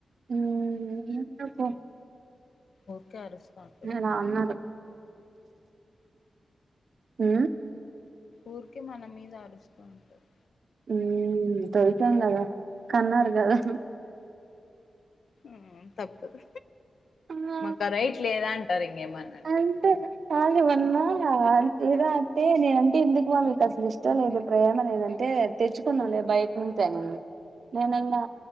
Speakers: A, on the right (about 60°); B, on the left (about 65°).
A: మ్ ఏంటిదో పో
B: ఊకే అరుస్క ఉంటారు
A: ఇలా
B: మ్
A: అన్నారు ఆ
B: ఊరికే మన మీద ఆరుస్తూ ఉంటారు
A: మ్ దొరికాం కదా కన్నారు కదా
B: మ్ తప్పదు
A: ఆ
B: మాకు రైట్ లేదా అంటారు ఇంకేమన్నా అంటే
A: అంతే కాదు వన్నార్ లేదా అంతే నేనంటే ఎందుకు మీకు అసలు ఇష్టం లేదు ప్రేమ లేదంటే తెచ్చుకున్నంలే బయట నుంచి అనింది నేనన్నా